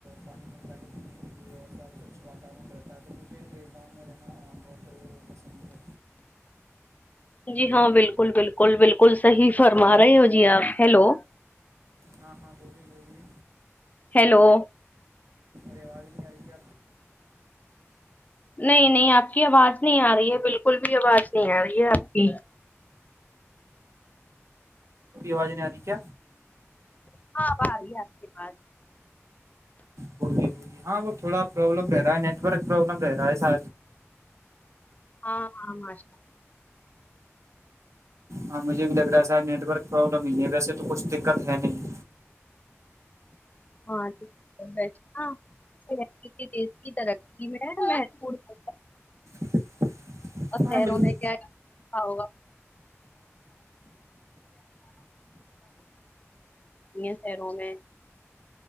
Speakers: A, on the right; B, on the left.
A: پانی ملتا ہے پینے کے لیے اور صاف سوچھ واتاورن رہتا ہے تو مجھے گاؤں میں رہنا بہت پسند ہے
B: جی ہاں بالکل بالکل بالکل صحیح فرما رہے ہو جی آپ ہیلو
A: ہاں ہاں بولیے بولیے
B: ہیلو
A: رواز نہیں آ رہئی ہے
B: نہیں نہیں آپ کی آواز نہیں آ رہی ہے بالکل بھی آواز نہیں آ رہی ہے آپ کی
A: آواز نہیں آتی کیا
B: ہاں ب ہے آپ کے پاس
A: بولیے بولیے ہاں وہ تھوڑا پروابلم رہا ہے نیٹ ورک پروابلم رہا ہےسا
B: ہ ہ آشا
A: ہاں مجھے بھی لگ رہا ہے سارا نیٹ ورک پروابلم ہی ہے ویسے تو کچھ دقت ہے نہیں
B: ہاںھ بیس ہاں ک دیش کی ترقی میں مہت
A: <unintelligible>
B: اور پہیروں
A: بالکل
B: میں کیا ہا یہ شروں میں